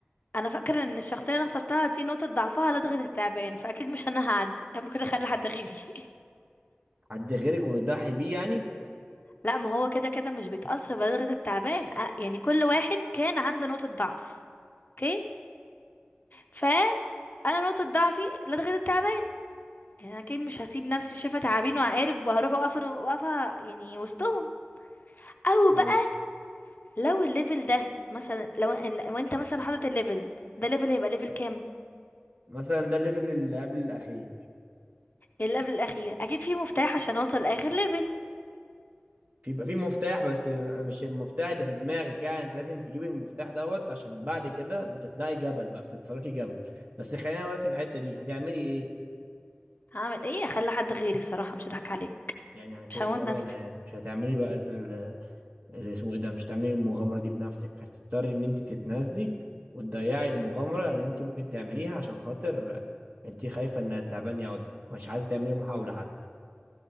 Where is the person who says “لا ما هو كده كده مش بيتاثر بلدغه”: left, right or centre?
Left